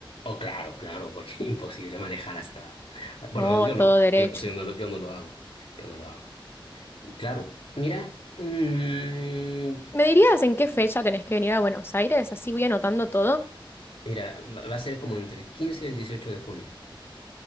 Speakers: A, on the left; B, on the left.
A: Oh, claro, claro, porque <laughs> es imposible manejar hasta... Bueno,
B: No,
A: no, yo no,
B: todo derecho.
A: yo, no sé, yo no lo, yo no lo hago, yo no lo hago. Y claro, mira, mm,
B: ¿Me dirías en qué fecha tenés que venir a Buenos Aires? Así voy anotando todo.
A: mira, va va a ser como entre el 15 y el 18 de junio.